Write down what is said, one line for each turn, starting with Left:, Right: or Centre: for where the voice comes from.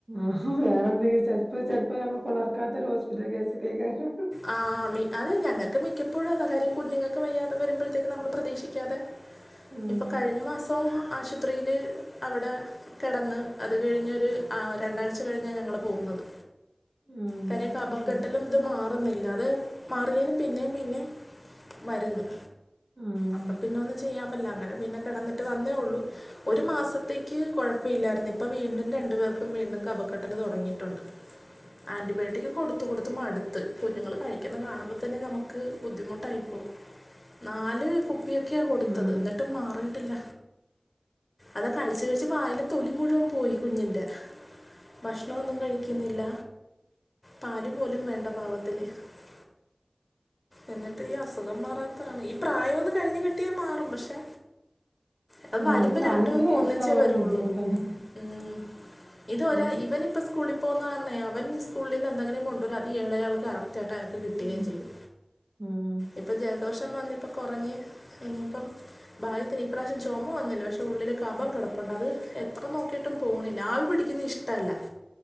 Right: ആഹാ വേറെന്തെങ്കിലും ചെൽപ്പ ചെൽപ്പ നമ്മ പുളർക്കാത്തൊരു ഹോസ്പിറ്റൽ കേസ് കൈകാര്യം
Left: ആഹ് മി അത് ഞങ്ങക്ക് മിക്കപ്പോഴും അതാകാര്യം. കുഞ്ഞുങ്ങക്ക് വയ്യാതെ വരുമ്പഴത്തേക്ക് നമ്മൾ പ്രതീക്ഷിക്കാതെ
Right: ആഹ്
Left: ഇപ്പൊ കഴിഞ്ഞമാസം ആശൂത്രീല് അവിടെ കെടന്ന് അത് കഴിഞ്ഞൊരു ആ രണ്ടാഴ്ച കഴിഞ്ഞാ ഞങ്ങള് പോവുന്നത്
Right: ആഹ്
Left: കാര്യം കബക്കെട്ടലും
Right: അൻ
Left: ഇത് മാ റുന്നില്ല അത് മാറിയാലും പിന്നേം പിന്നേം വര്ന്ന്
Right: ആഹ്
Left: അപ്പാെ പിന്നെ ഒന്നും ചെയ്യാൻ പറ്റില്ല അങ്ങെനെ പിന്നെ കെടെന്നിട്ട് വന്നേ ഒള്ളൂ ഒരു മാസത്തേക്ക് കൊഴപ്പഇല്ലായിരുന്നു. ഇപ്പ വീണ്ടും രണ്ട്പേർക്കും വീണ്ടും കഫക്കെട്ടല് തുടങ്ങിയിട്ടുണ്ട്. ആന്റിബയോട്ടിക്ക് കൊടുത്ത് കൊടുത്ത് മട്ത്ത് കുഞ്ഞുങ്ങള് കഴിക്കുന്ന കാണുമ്പതന്നെ നമുക്ക് ബുദ്ധിമുട്ടായിപ്പോവും. നാല് കു പ്പിയൊക്കെയ കൊടുത്തത്.
Right: ഉം ആഹ്
Left: ന്നട്ടും മാറീട്ടില്ല. അതാ കഴിച്ച് കഴിച്ച് വായിലെ തൊലി മുഴുവം പോയി കുഞ്ഞിന്റെ ഭശ്ണാെന്നും കഴിക്ക്ന്നില്ല പാല് പോലും വേണ്ട പാവ <unintelligible> എന്നിട്ട് ഈ അസുഖം മാറാത്തതാണ്. ഈ പ്രായോന്ന് കഴിഞ്ഞ് കിട്ടിയാമാറും പക്ഷെ അത്
Right: ആഹ്
Left: വരുമ്പ
Right: ഒരു നാലഞ്ച്
Left: രണ്ടുപേർക്കും
Right: വയസ്സാവോളം
Left: ഒന്നിച്ചേവരുവൊള്ളൂ.
Right: ബുദ്ധിമുട്ടന്നെ
Left: ഉം. ഇത്
Right: ഉം
Left: ഒരാ ഇവനിപ്പ സ്കൂളിപോവുന്നകാരണേ അവൻ സ്കൂളിന്ന് എന്തെങ്കിലും കൊണ്ടൊരും അത് എളയാൾക്ക് അറ ചേട്ടായപ്പം കിട്ട്കേം
Right: ഉം
Left: ചെയ്യും
Right: ആഹ്
Left: ഇപ്പം ജൽദോഷം വന്നിപ്പം കൊറഞ്ഞ് ഇഞ്ഞിപ്പം ഭാഗ്യത്തിന് ഇപ്രാശ്യം ചൊമവന്നില്ല. പക്ഷെ ഉള്ളില് കഫം കിടപ്പുണ്ട്. അത് എത്ര നോക്കീട്ടും പോണില്ല. ആവിപിടിക്കുന്ന ഇഷ് ഷ്‌ടല്ല.